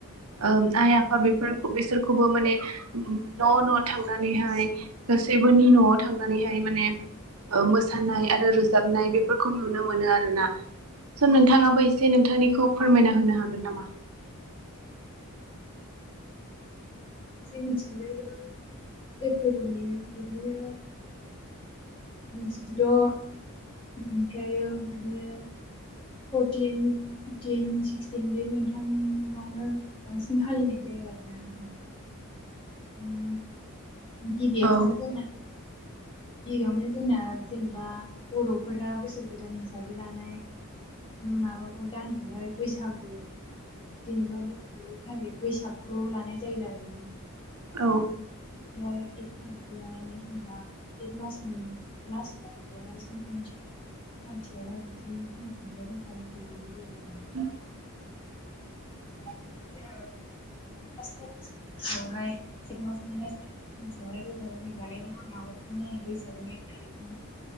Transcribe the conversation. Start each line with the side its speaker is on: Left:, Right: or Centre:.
Right: ओ आइ आफा बे बिसोरखौबो माने न' न' थांनानैहाय गासैबोनि न'आव थांनानैहाय माने ओ मोसानाय आरो रोजाबनाय बेफोरखौ नुनो मोनो आरोना स' नोंथाङाबो एसे नोंथांनिखौ फोरमायना होनो हागोन नामा
Left: जों मिथिनाया <unintelligible> बिदिनो जिद' ओमफ्रायो बिदिनो <unintelligible> फिफटिन सिक्सटिन बे मोनथामावनो बांसिन फालिनाय जायो आरोना उम गिबियावनो
Right: औ
Left: जोंना गिबियावनो जोंना जेनेबा बर'फोरा बोसोर गोदान हिसाबै लानाय माबाखौ दानखौहाय बैसागु <unintelligible> <unintelligible> थारिक बैसागखौ लानाय जायो आरो
Right: औ
Left: <unintelligible> <unintelligible>
Right: <inaudible> <inaudible>
Left: दा बेयावहाय चैत मास नि लास तारिकावहाय गोखा गोखै जानायनि उनाव जानायनि नाय बैसागनि एक थारिख <unintelligible>